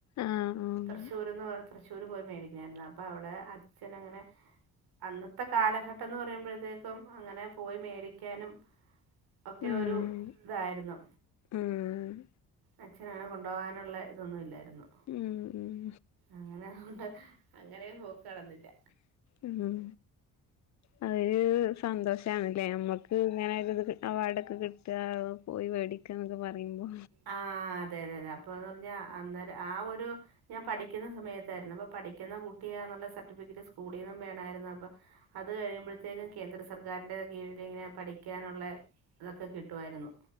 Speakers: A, on the left; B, on the right.
A: ആഹ് ആഹ് ആഹ്
B: തൃശ്ശൂർന്ന് തൃശ്ശൂര് പോയി മേടിക്കണാരുന്നു അപ്പൊ അവിടെ അച്ഛനങ്ങനെ അന്നത്തെ കാലഘട്ടംന്ന് പറയുമ്പോഴത്തേക്കും അങ്ങനെ പോയി മേടിക്കാനും ഒക്കെ
A: ഉം
B: ഒരു ഇതായ്രുന്നു
A: ഉം
B: അച്ഛനങ്ങനെ കൊണ്ടുപോകാനൊള്ളെ ഇതൊന്നു ഇല്ലാരുന്നു
A: ഉം ഉം
B: അങ്ങനേഅതുകൊണ്ട് അങ്ങനേം പോക്ക് നടന്നില്ല
A: ഉം അതൊരൂ സന്തോഷാണല്ലേ നമ്മക്ക്ങ്ങനൊര്ത് അവാർഡൊക്കെ കിട്ടുകാ പോയി വേടിക്കാന്നൊക്കെ പറയുമ്പോ
B: ആഹ് അതെ അതെ അതെ അപ്പൊന്ന് പറഞ്ഞാ അന്നേരം ആഹ് ഒരു ഞാൻ പഠിക്ക്‌ന്ന സമയത്താര്ന്നു അപ്പൊ പഠിക്കുന്ന കുട്ടിയാന്നൊള്ള സർട്ടിഫിക്കറ്റ് സ്കൂളീന്നും വേണാര്ന്നു അപ്പൊ അത് കഴിയുമ്പോഴാത്തേകനും കേന്ദ്ര സർക്കാരിന്റെ കീഴിലിങ്ങനെ പഠിക്കാനുള്ളേ അതൊക്കെ കിട്ടുവാരുന്നു